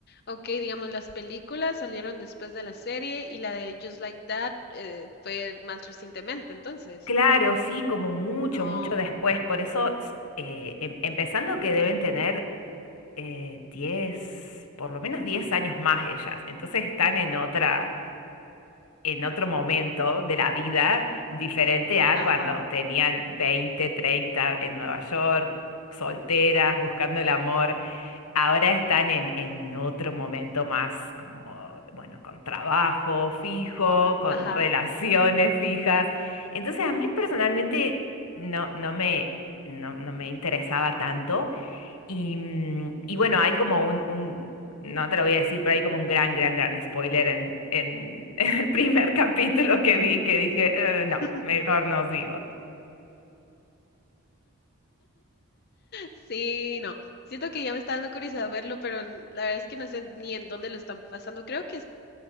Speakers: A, on the left; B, on the left.
A: ok, digamos, las películas salieron después de la serie y la de Just Like That eh, fue más recientemente, entonces.
B: Claro, sí, como mucho,
A: Oh,
B: mucho después. Por eso, s- eh, em- empezando que deben tener eh, 10, por lo menos 10 años más ellas. Entonces están en otra, en otro momento de la vida diferente a
A: ajá,
B: cuando tenían 20, 30 en Nueva York, solteras, buscando el amor. Ahora están en, en otro momento más como, bueno, con trabajo fijo, con
A: ajá.
B: relaciones fijas. Entonces a mí personalmente no, no me, no, no me interesaba tanto. Y, mm, y
A: ujú.
B: bueno, hay como un, un- no te lo voy a decir, pero hay como un gran, gran, gran spoiler en, en, <laughs> en el primer capítulo que vi, que dije, "Eh, no,
A: <laughs>
B: mejor no sigo.
A: Sí, no. Siento que ya me está dando curiosidad verlo, pero n- la verdad es que no sé ni en dónde lo están pasando. Creo que es-